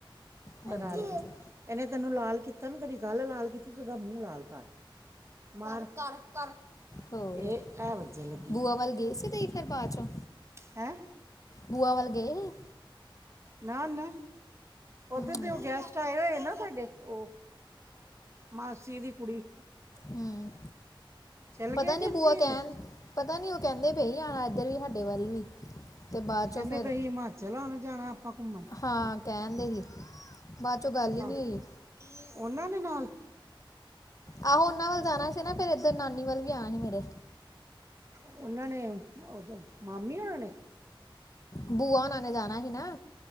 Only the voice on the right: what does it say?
ਕਿੱਥੇ
ਇਹਨੇ ਤੈਨੂੰ ਲਾਲ ਕੀਤਾ ਨਾ ਤੇਰੀ ਗੱਲ ਲਾਲ ਕੀਤੀ ਉਹਦਾ ਮੂੰਹ ਲਾਲ ਕਰ ਮਾਰ ਕਰ ਕਰ
ਇਹ ਹੈ ਵੱਜਾ ਲੱਗੀ
ਹੈ।
ਨਾ ਨਾ ਉਧਰ ਦੇ
ਉਹ ਗੈਸਟ ਆਏ ਹੋਏ ਨਾ ਸਾਡੇ ਉਹ ਮਾਸੀ ਦੀ ਕੁੜੀ
ਚਲ
ਗਏ ਕਿ
ਇੱਥੇ
ਹੀ ਨੇ?
ਕਹਿੰਦੇ
ਪਏ ਸੀ ਹਿਮਾਚਲ ਵੱਲ ਜਾਣਾ ਆਪਾਂ ਘੁੰਮਣ
ਆਹ,
ਉਹਨਾਂ ਦੇ ਨਾਲ
ਉਹਨਾਂ ਨੇ ਮਾਮੀ ਉਹਨਾਂ ਨੇ